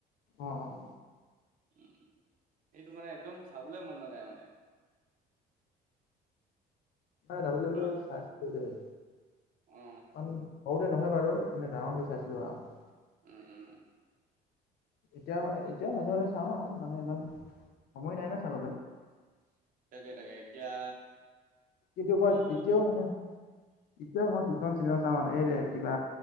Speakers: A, on the left; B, on the right.
A: অহ', অহ'।
B: উম, এইটো মানে একদম চাবলৈ মন নাযায় মানে।
A: মই ডাব্লউ-ডাব্লিউ
B: আৰু
A: চাইছিলোঁ।
B: অ
A: সৰুতে নহয় বাৰু মানে ডাঙৰ হৈ চাইছিলোঁ আৰু।
B: উম', উম'।
A: এতিয়া মানে, এতিয়াও মাজে-মাজে চাওঁ মানে ইমান সময় নাই ন' চাবলৈ।
B: তাকে-তাকে এতিয়া
A: কিন্তু
B: তোমাৰ
A: মই
B: এটা
A: এতিয়াও মানে এতিয়াও মই কিছমান চিনিমা চাওঁ মানে এই ৰে কিবা